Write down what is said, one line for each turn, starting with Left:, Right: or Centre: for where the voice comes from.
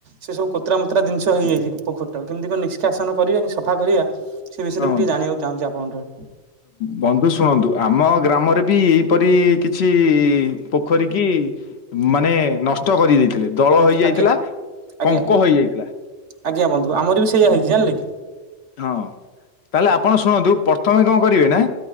Right: ସେ ସବୁ କୋତରା ମତରା ଜିନିଷ ହେଇଯାଇଛି ପୋଖରି ଟା କେମିତି କଣ ନି ଶିକ୍ଷାସନ କରିବା କି ସଫା କରିବା ସେ ବିଷୟରେ
Left: ହଁ ବନ୍ଧୁ।
Right: ମୁଁ ଟିକେ ଜାଣିବାକୁ ଚାହୁଁଛି ଆପଣଙ୍କ ଠାରୁ।
Left: ବନ୍ଧୁ ଶୁଣନ୍ତୁ ଆମ ଗ୍ରାମରେ ବି ଏଇପରି କିଛି ପୋଖରୀ କି ମାନେ ନଷ୍ଟ କରି ଦେଇେଇଥିଲେ ଦଳ ହେଇଯାଇଥିଲା
Right: ଆଜ୍ଞା ଆଜ୍ଞା
Left: ପଙ୍କ ହେଇଯାଇଥିଲା
Right: ଆଜ୍ଞା ବନ୍ଧୁ ଆମର ବି ସେଇଆ ହେଇଛି ଜାଣିଲେ କି?
Left: ହଁ ତାହେଲେ ଆପଣ ଶୁଣନ୍ତୁ ପ୍ରଥମେ କଣ କରିବେ ନା